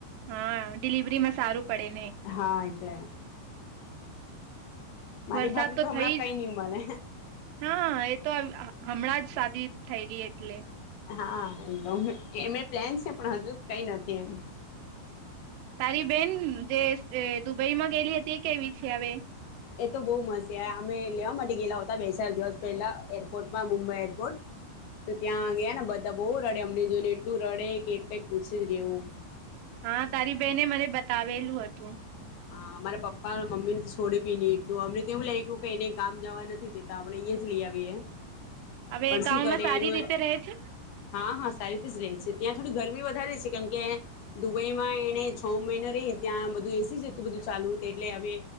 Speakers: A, on the right; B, on the left.
A: હા, ડિલિવરીમાં સારું પડે ને
B: હા, એટલે મારી
A: વરસાદ
B: ભાભીને
A: તો થઈ
B: હમણાં કઈ
A: જ
B: નહી મળે
A: હ, એ તો હમણાં જ સાદી થઈ ગઈ એટલે
B: હા એમ એ પ્લેન છે પણ હજુ કઈ નથી એમ
A: તારી બેન, જેસ એ. દુબઈમાં ગયેલી હતી, એ કેવી છે, હવે.
B: એ તો બહુ મસ્ યાર અમે લેવા માટે ગેલા હતા, બે ચાર દિવસ પહેલા એરપોર્ટમાં મુંબઈ એરપોર્ટ તો ત્યાં ગયા, ને બધા બહુ રડે અમને જોઈને એટલું રડે કે કઈ પૂછેજ ની એવું.
A: હા, તારી બેને મને બતાવેલું હતું.
B: હા, અમારા પપ્પાને મમ્મીને, તો છોડ બી ની એટલું અમને કેવું લાગ્યું કે એને ગામ જવા નથી, દેતા આપણે અહીંયાજ, લી આવીએ.
A: હવે,
B: પણ શું
A: ગાવમાં
B: કરે
A: સારી
B: એનું
A: રીતે રહે છે?
B: હા હા સારી રીતે જ રે છે, ત્યાં થોડી ગરમી વધારે છે કેમ કે દુબઈમાં એને છ મહિના, રે ત્યાં બધું એસી જ. એવું બધું ચાલુ હતું એટલે હવે